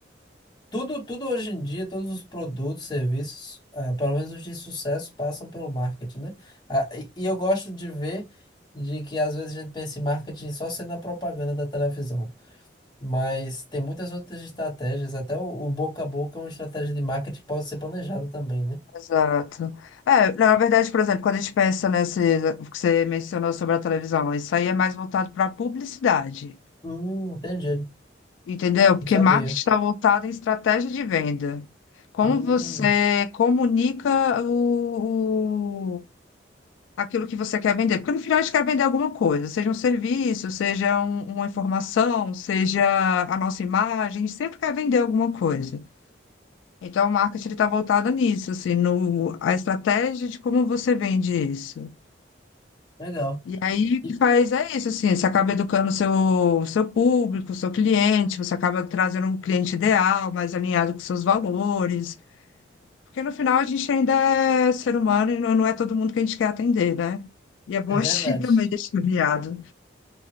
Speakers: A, on the left; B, on the left.
A: tudo, tudo hoje em dia, todos os produtos, serviços, ah, pelo menos os de sucesso, passam pelo marketing, né? Ah, e, e eu gosto de ver de que às vezes a gente pensa em marketing só sendo a propaganda da televisão. Mas tem muitas outras estratégias, até o, o boca a boca é uma estratégia de marketing que pode ser planejada também, né?
B: Exato. É, na verdade, por exemplo, quando a gente pensa nesse que você mencionou sobre a televisão, isso aí é mais voltado para publicidade,
A: Hum, entendi.
B: entendeu? Porque
A: Não sabia.
B: marketing está voltado em estratégia de venda. Como
A: Hum,
B: você comunica o, o- aquilo que você quer vender. Porque no final a gente quer vender alguma coisa, seja um serviço, seja um- uma informação, seja a nossa imagem, a gente sempre quer vender alguma coisa. Então, o marketing está voltado nisso, assim, no, a estratégia de como você vende isso.
A: legal.
B: E aí, o
A: E-
B: que faz é isso, assim, você acaba educando o seu, o seu público, o seu cliente, você acaba trazendo um cliente ideal, mais alinhado com seus valores. Porque no final a gente ainda é ser humano e não não é todo mundo que a gente quer atender, né? E é bom
A: é
B: a
A: verdade.
B: gente <laughs> também deixar viado.